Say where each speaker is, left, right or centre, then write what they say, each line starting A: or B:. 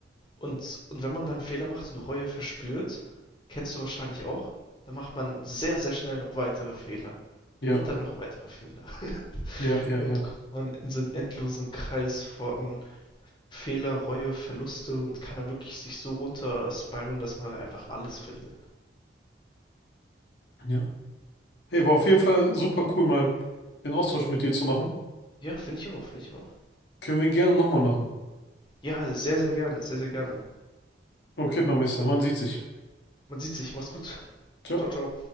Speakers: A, on the left; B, on the left.
A: Und, und wenn man dann Fehler macht und Reue verspürt, kennst du wahrscheinlich auch, dann macht man sehr, sehr schnell noch weitere Fehler.
B: Ja,
A: Und dann noch weitere Fehler.
B: ja,
A: <laughs>
B: ja,
A: Und
B: ja,
A: dann kommt man in so einen endlosen Kreis von Fehler, Reue, Verluste und kann dann wirklich sich so runter spiralen, dass man halt einfach alles verliert.
B: ja. Hey, war auf jeden Fall super cool, mal den Austausch mit dir zu machen.
A: Ja, finde ich auch, finde ich auch.
B: Können wir gerne nochmal machen.
A: Ja, sehr, sehr gerne, sehr, sehr gerne.
B: Okay, Barmester, man sieht sich.
A: Man sieht sich. Mach's gut.
B: Ciao.
A: Ciao, ciao.